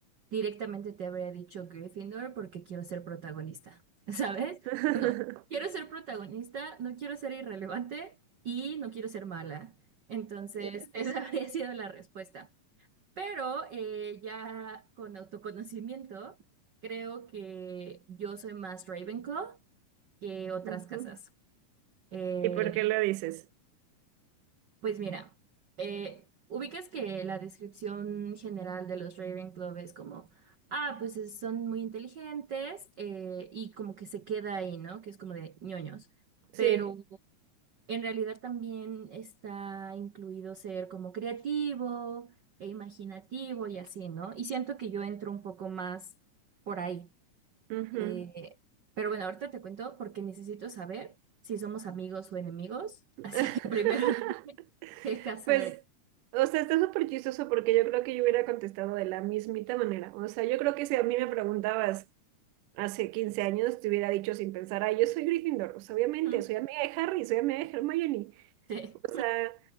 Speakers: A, on the right; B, on the right.
A: directamente te habría dicho Gryffindor porque quiero ser protagonista, <laughs> ¿sabes?
B: <laughs>
A: Bueno, quiero ser protagonista, no quiero ser irrelevante y no quiero ser mala. Entonces, <laughs> esa habría sido la respuesta. Pero eh, ya con autoconocimiento, creo que yo soy más Ravenclaw que otras
B: Ujú.
A: casas. Eh,
B: ¿Y por qué lo dices?
A: pues mira, eh, ubicas que la descripción general de los Ravenclaw es como, ah, pues es- son muy inteligentes eh, y como que se queda ahí, ¿no? Que es como de ñoños. Pero
B: Sí.
A: Sí. En realidad también está incluido ser como creativo e imaginativo y así, ¿no? Y siento que yo entro un poco más por ahí.
B: ujú.
A: Eh, pero bueno, ahorita te cuento porque necesito saber si somos amigos o enemigos. <laughs>
B: <laughs>
A: Así que primero <laughs> dime qué casa
B: Pues,
A: eres.
B: o sea, está súper chistoso porque yo creo que yo hubiera contestado de la mismita manera. O sea, yo creo que si a mí me preguntabas hace 15 años, te hubiera dicho sin pensar, ay, yo soy Gryffindor. O sea, obviamente,
A: Ujú,
B: soy amiga de Harry, soy amiga de Hermione.
A: Sí,
B: O sea,